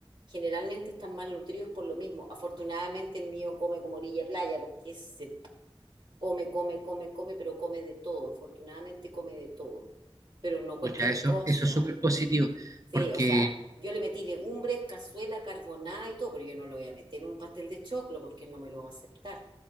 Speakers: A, on the right (about 60°); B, on the right (about 35°).
A: Generalmente están malnutridos por lo mismo. Afortunadamente el mío come como orilla de playa porque se Come, come, come, come, pero come de todo. Afortunadamente come de todo, pero no cualquier
B: pucha, eso,
A: cosa.
B: eso es súper positivo,
A: Sí,
B: porque
A: o sea, yo le metí legumbres, cazuela, carbonada y todo, pero yo no lo voy a meter en un pastel de choclo porque no me lo va a aceptar.